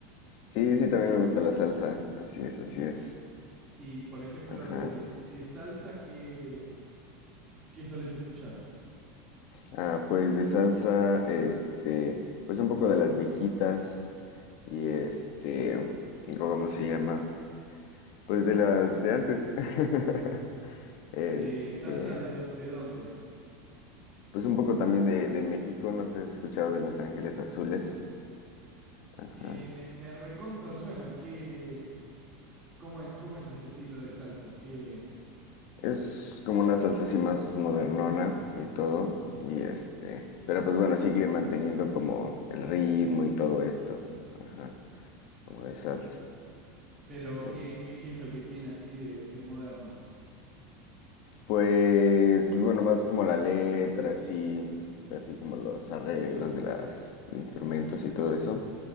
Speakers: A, on the left; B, on the right.
A: Sí, sí, también me gusta la salsa. Así es, así es.
B: Y por ejemplo,
A: Ajá.
B: de, de salsa, ¿qué, qué solés escuchar?
A: Ah, pues de salsa, este, pues un poco de las viejitas. Y este, digo, ¿cómo se llama? Pues de las de antes. <laughs> Este.
B: ¿De salsa de, do- de dónde?
A: Pues un poco también de, de México, no sé si has escuchado de Los Ángeles Azules. Ajá.
B: Eh, me, me recontra suena, ¿qué, cómo es, cómo es ese estilo de salsa? ¿Qué,
A: Es como una salsa así más modernona y todo. Y este, pero pues bueno, sigue manteniendo como el ritmo y todo esto. Ajá. Como de salsa.
B: pero
A: Sí.
B: qué,
A: sí.
B: qué, qué es lo que tiene así de, de moderno?
A: Pues, pues bueno, más como la letra, así, así como los arreglos de los instrumentos y todo eso.